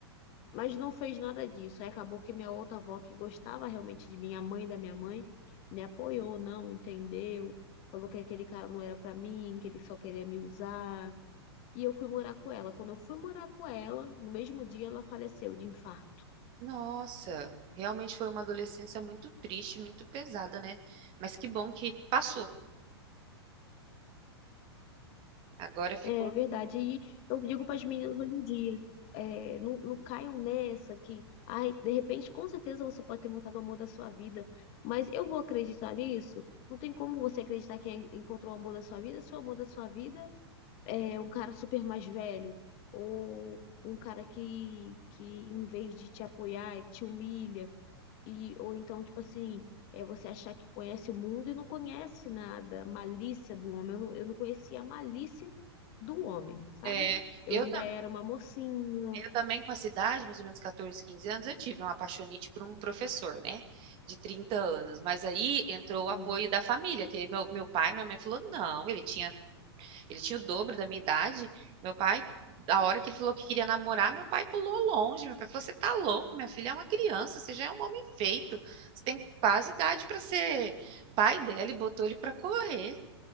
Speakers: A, on the left; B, on the right.
A: Mas não fez nada disso. Aí acabou que minha outra avó, que gostava realmente de mim, a mãe da minha mãe, me apoiou, não, entendeu? Falou que aquele cara não era pra mim, que ele só queria me usar. E eu fui morar com ela. Quando eu fui morar com ela, no mesmo dia ela faleceu de infarto.
B: Nossa, realmente foi uma adolescência muito triste, muito pesada, né? Mas que bom que passou. Agora ficou.
A: É verdade. E eu digo para as meninas hoje em dia, é, não, não caiam nessa que, ai, de repente, com certeza você pode ter encontrado o amor da sua vida, mas eu vou acreditar nisso? Não tem como você acreditar que en- encontrou o amor da sua vida se o amor da sua vida é um cara super mais velho ou um cara que, que em vez de te apoiar, te humilha. E, ou então, tipo assim, é você achar que conhece o mundo e não conhece nada, a malícia do homem. Eu não, eu não conhecia a malícia do homem, sabe?
B: é,
A: Eu
B: eu
A: ainda
B: também.
A: era uma mocinha,
B: Eu também, com a idade, mais ou menos 14, 15 anos, eu tive uma apaixonite por um professor, né? De 30 anos. Mas aí entrou
A: assim,
B: o apoio da família, que meu, meu pai, minha mãe falou, não, ele tinha, ele tinha o dobro da minha idade. Meu pai, da hora que ele falou que queria namorar, meu pai pulou longe. Meu pai falou, você tá louco, minha filha é uma criança, você já é um homem feito. Você tem quase idade para ser pai dela e botou ele para correr.